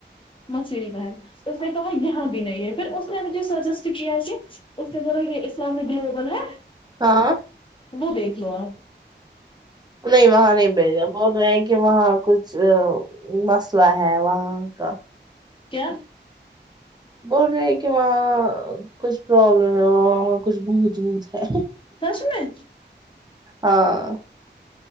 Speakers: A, on the left; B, on the right.
A: مشر ہے اس نے کہا یہاں بھی نہیں ہے پھر اس نے مجھے سجیسٹ کیا ہے کہ اس نے بو یہ اسلامک گلوبل ہے
B: ہاں
A: وہ دیکھ لو آپ
B: نہیں وہاں نہیں بھیجا بول رہے ہیں کہ وہاں کچھ مسئلہ ہے وہاں کا
A: کیا
B: بول رہے ہیں کہ وہاں کچھ پرابلم ہے وہ وہ کچھ بھت ووت ہے
A: سش میں
B: ہاں